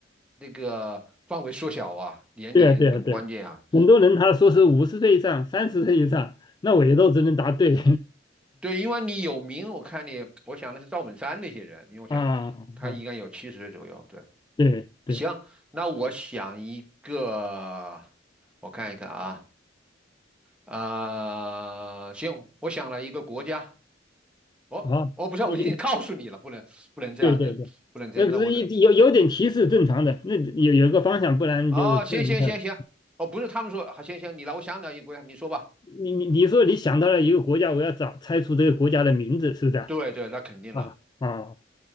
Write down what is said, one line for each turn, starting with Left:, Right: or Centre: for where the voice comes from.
Centre: 那个范围缩小啊，年龄很关键啊。
Left: 对啊对啊对啊，很多人他说是五十岁以上、三十岁以上，那我也都只能答对
Centre: 对，因为你有名，我看你，我想的是赵本山那些人，因为我想他应该有七十岁左右。
Left: <laughs> 啊啊，
Centre: 对，
Left: 对对，
Centre: 行，那我想一个，我看一看啊。啊、行，我想了一个国家，哦，
Left: 好，
Centre: 哦，不是，我已经告诉你了，
Left: 那就
Centre: 不能不能这样子，
Left: 对对对，
Centre: 不能这样，
Left: 那不是一有有点提示正常的，
Centre: 那我的
Left: 那有有个方向，不然就是不能看。
Centre: 啊、行行行行，哦，不是，他们说，好，行行，你来，我想了一个国家，你说吧。
Left: 你你你说你想到了一个国家，我要找猜出这个国家的名字，是不是啊？
Centre: 对对，那肯定了，
Left: 啊啊，